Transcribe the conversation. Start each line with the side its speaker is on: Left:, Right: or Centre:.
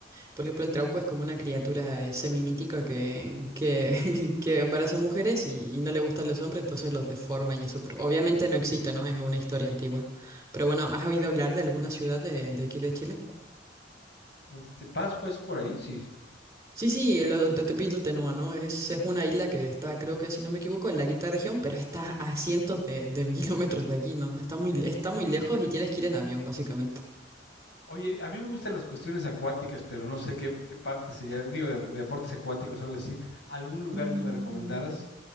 Right: Por ejemplo, el Trauco es como una criatura eh, semimítica que, que, <laughs> que embaraza mujeres y, y no le gustan los hombres, entonces los deforma y eso, pero obviamente no existe, ¿no? Es una historia antigua. Pero bueno, ¿has oído hablar de alguna ciudad de, de aquí de Chile?
Left: Este, Pascua es por ahí, sí.
Right: Sí, sí, el o- de Tepito Tenúa, ¿no? Es, es una isla que está, creo que si no me equivoco, en la quinta región, pero está a cientos de, de <laughs> kilómetros de aquí, ¿no? No, Está muy, le- está muy lejos y tienes que ir en avión, básicamente.
Left: Oye, a mí me gustan las cuestiones acuáticas, pero no sé qué, qué parte sería, digo, de, de deportes acuáticos, algo así. ¿Algún lugar
Right: Mm.
Left: que me recomendaras?